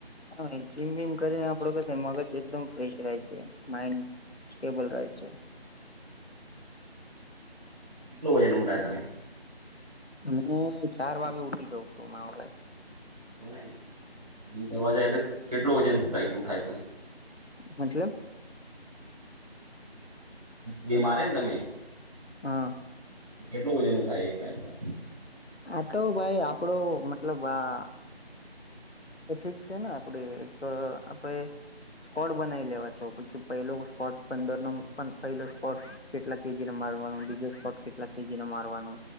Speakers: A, on the left; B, on the right.
A: હા જીમ વીમ કરીને આપડો કઈક મગજ એકદમ ફ્રેશ રહે છે માઈન્ડ સ્ટેબલ રાહે છે.
B: કેટલું વજન ઉટાય તમે
A: હું ચાર વાગે ઉઠી જઉં છું માવ ભાઈ
B: એવું નહી કરવા જાય તો કેટલું વજન થાય ઉઠાય તમે
A: મતલબ
B: હ એ મારે ને તમે
A: હા
B: કેટલું વજન ઉઠાય એક ટાઈમ પર
A: આટલો ભાઈ આપડો મતલબ આ એફિક્સ છે ને આપડ એક આપણે સ્કોડ બનાવી લેવા છો પછી પેલો સ્કોડ પંદર નો પણ પલો સ્કોડ કેટલા કેજી નો મારવાનું બીજો સ્કોટ કેટલા કેજીનો મારવાનો